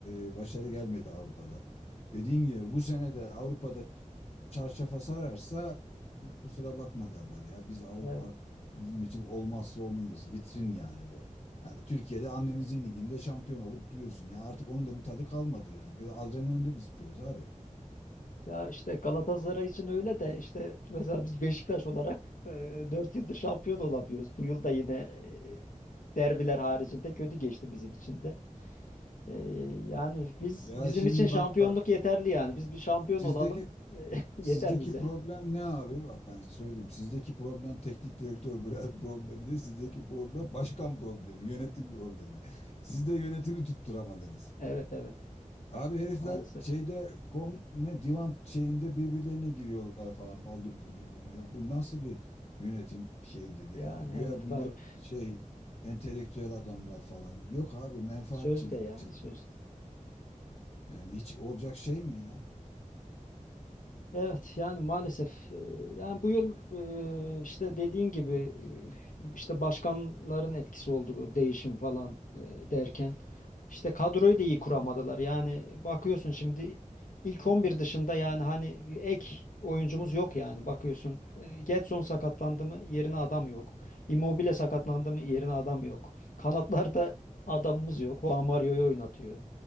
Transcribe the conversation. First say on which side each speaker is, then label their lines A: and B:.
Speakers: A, on the left (about 50°); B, on the left (about 80°).
A: e, başarı gelmedi Avrupa'da. Dediğin gibi bu sene de Avrupa'da çarşafa sararsa kusura bakma derler ya. Biz Avrupa
B: evet.
A: bizim için olmazsa olmamız vitrin yani bu. Yani Türkiye'de annemizin liginde şampiyon olup duruyorsun. Ya artık onun da bir tadı kalmadı yani. Bir adrenalin istiyoruz abi.
B: Ya işte Galatasaray için öyle de işte mesela biz Beşiktaş olarak e, 4 yıldır şampiyon olamıyoruz. Bu yıl da yine e, derbiler haricinde kötü geçti bizim için de. Ee, yani biz
A: Ya
B: bizim
A: şimdi
B: için şampiyonluk
A: bak bak
B: yeterli yani. Biz bir şampiyon
A: sizdeki
B: olalım. Ee, <laughs>
A: sizdeki
B: yeter bize.
A: problem ne abi? Bak ben size söyleyeyim. Sizdeki problem teknik direktör <laughs> pro- problemi değil sizdeki problem başkan problemi, yönetim problemi. Siz de yönetimi tutturamadınız.
B: Evet evet.
A: Abi herifler
B: Maalesef.
A: şeyde kon ne divan şeyinde birbirlerine giriyorlar falan paldır küldür bilmem. Ya bu nasıl bir yönetim şeyidir ya?
B: Yani
A: Güya
B: evet
A: bunlar
B: garip.
A: şey entelektüel adamlar falan. Yok abi menfaat
B: Söz
A: çetesi.
B: de ya söz.
A: Yani hiç olacak şey mi ya?
B: Evet yani maalesef e, yani bu yıl e, işte dediğin gibi e, işte başkanların etkisi oldu bu değişim falan e, derken işte kadroyu da iyi kuramadılar. Yani bakıyorsun şimdi ilk 11 dışında yani hani bir ek oyuncumuz yok yani bakıyorsun. E, Gedson sakatlandı mı yerine adam yok. Immobile sakatlandı mı yerine adam yok. Kanatlarda adamımız yok. o Mario'yu oynatıyor.